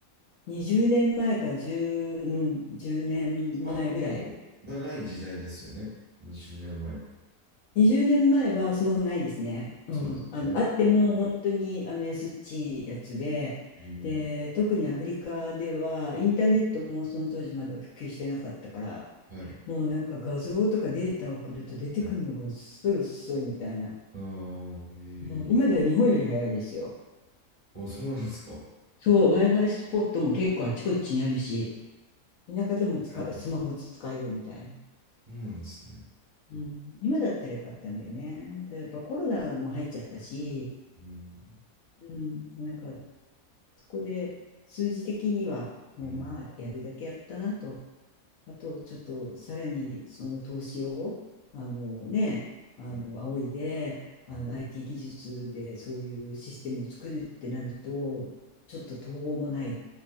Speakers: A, on the left; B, on the right.
A: 20年前から10、うん、1年前ぐらい。
B: スマホがない時代ですよね。20年前。
A: 20年前はスマホないですね。うん。
B: そうですね。
A: あの、あっても本当にあの安っちいやつで、
B: うん。
A: で、特にアフリカではインターネットもその当時まだ普及してなかったから、
B: はい。
A: もうなんか画像とかデータを送ると出てくるのが遅い遅いみたいな。
B: はいああ、
A: もう今では日本より早いですよ。
B: ええあ、そうなんですか。や
A: そう、Wi-Fi スポットも結構あちこちにあるし、田舎でも使、
B: れない。
A: スマホ使えるみたいな。
B: そうなんですね。
A: うん、今だったらよかったんだよね。ただやっぱコロナも入っちゃったし、
B: うん。
A: うん、なんかそこで数字的にはもうまあやるだけやったなと
B: うん。
A: あと、ちょっと、さらに、その投資を、あのね、あの、
B: うん。
A: 仰いで、あの、
B: うん。
A: IT 技術でそういうシステムを作るってなると、ちょっと途方もない。